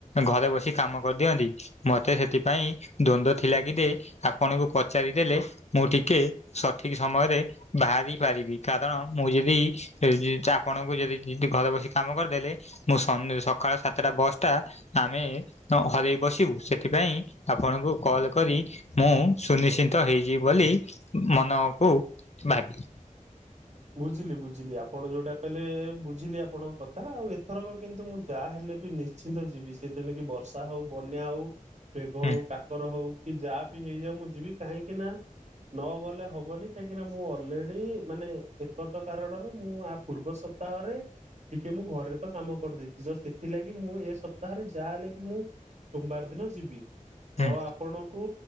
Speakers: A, on the left; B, on the right.
A: ଘରେ ବସି କାମ କରିଦିଅନ୍ତି। ମତେ ସେଥିପାଇଁ ଦ୍ଵନ୍ଦ୍ୱ ଥିଲା କି ଯେ ଆପଣଙ୍କୁ ପଚାରିଦେଲେ ମୁଁ ଟିକେ ସଠିକ୍ ସମୟରେ ବାହାରି ପାରିବି କାରଣ ମୁଁ ଯଦି <unintelligible> ଆପଣଙ୍କୁ ଯଦି ଘରେ ବସି କାମ କରିଦେଲେ ମୁଁ ସନ ସକାଳ ସାତଟା ବସ୍ ଟା ଆମେ ହରେଇ ବସିବୁ ସେଥିପାଇଁ ଆପଣଙ୍କୁ କଲ୍ କରି ମୁଁ ସୁନିଶ୍ଚିନ୍ତ ହେଇଯିବି ବୋଲି ମନକୁ ଭାବିଲି।
B: ବୁଝିଲି ବୁଝିଲି ଆପଣ ଯୋଉଟା କହିଲେ ବୁଝିଲି ଆପଣଙ୍କ କଥା ଆଉ ଏଥରକ କିନ୍ତୁ ମୁଁ ଯାହାହେଲେ ବି ନି ନିଶ୍ଚିନ୍ତ ଯିବି ସେତେଣିକି ବର୍ଷା ହଉ, ବନ୍ୟା ହଉ, ମେଘ
A: ହୁଁ
B: ହଉ, କାକର ହଉ। କି ଯାହାବି ହେଇଯାଉ ମୁଁ ଯିବି କାହିଁକି ନା ନ ଗଲେ ହବନି କାହିଁକିନା ମୁଁ ଅଲରେଡି଼ ମାନେ ବିପଦ କାରଣରୁ ମୁଁ ଆ ପୂର୍ବ ସପ୍ତାହରେ ଟିକେ ମୁଁ ଘରେ ତ କାମ କରିଦେଇଚି ଜଷ୍ଟ୍ ସେଥିଲାଗି ମୁଁ ଏ ସପ୍ତାହରେ ଯାହା ହେଲେ ବି ମୁଁ ସୋମବାର ଦିନ ଯିବି ତ
A: ହୁଁ
B: ଆପଣଙ୍କୁ